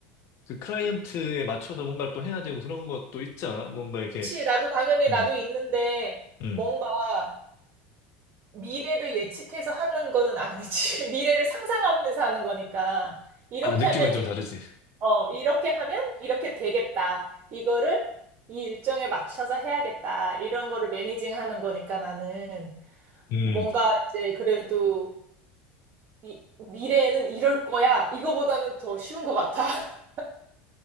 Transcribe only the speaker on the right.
그치, 나도 당연히
나도 있는데,
뭔가 미래를 예측해서 하는 거는 아니지. <laughs> 미래를 상상하면서 하는 거니까. 이렇게
하면,
이-
어, 이렇게 하면 이렇게 되겠다. 이거를 이 일정에 맞춰서 해야겠다. 이런 거를 매니징 하는 거니까 나는.
뭔가 이제 그래도 이, 미래에는 이럴 거야. 이거보다는 더 쉬운 것 같아. <laughs>